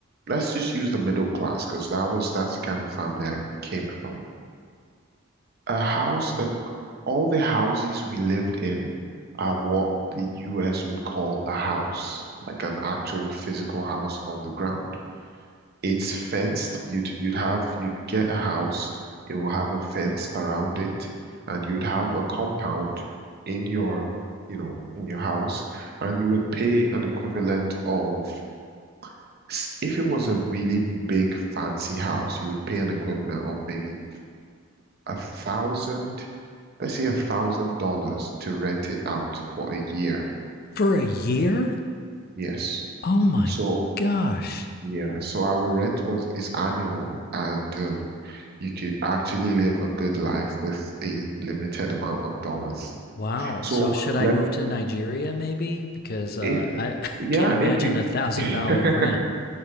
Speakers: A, on the right; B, on the left.
A: let's just use the middle class because that was that's the kind of family I came from. A house, uh, all the houses we lived in are what the US would call a house, like an actual physical house on the ground. It's fenced. You'd you'd have you'd get a house. It will have a fence around it, and you'd have a compound in your, you know, in your house, and you would pay an equivalent of, s- if it was a really big fancy house, you would pay an equivalent of maybe a thousand, let's say a thousand dollars to rent it out for a year.
B: for a year?
A: Yes.
B: Oh my
A: So
B: gosh.
A: Yeah, so our rent was is annual, and um, you could actually live a good life with a limited amount of dollars.
B: Wow.
A: So
B: So should I
A: let
B: move
A: me,
B: to Nigeria maybe? Because uh,
A: if
B: I, <laughs>
A: yeah,
B: I can't imagine
A: if you
B: a thousand
A: <laughs>
B: dollar rent.